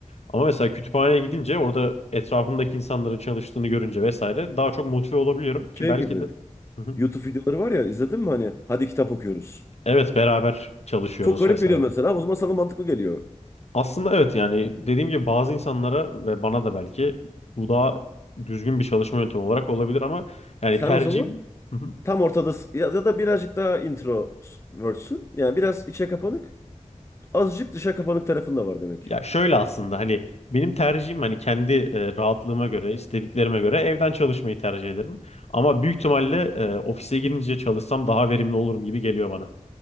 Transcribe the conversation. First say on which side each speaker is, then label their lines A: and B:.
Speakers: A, on the left; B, on the left.
A: Ama mesela kütüphaneye gidince orada etrafımdaki insanların çalıştığını görünce vesaire daha çok motive olabiliyorum ki
B: Şey
A: belki
B: gibi
A: de Hı hı.
B: YouTube videoları var ya izledin mi hani hadi kitap okuyoruz.
A: evet beraber çalışıyoruz
B: Çok garip
A: vesaire.
B: geliyor mesela o zaman sana mantıklı geliyor.
A: Aslında evet yani dediğim gibi bazı insanlara ve bana da belki bu daha düzgün bir çalışma yöntemi olarak olabilir ama yani
B: Sen
A: tercihim
B: o zaman
A: Hı hı.
B: tam ortadasın ya, ya da birazcık daha introvertsin. Yani biraz içe kapanık azıcık dışa kapanık tarafın da var demek
A: ya
B: ki.
A: şöyle aslında hani benim tercihim hani kendi e, rahatlığıma göre istediklerime göre evden çalışmayı tercih ederim. Ama büyük ihtimalle e, ofise gidince çalışsam daha verimli olurum gibi geliyor bana.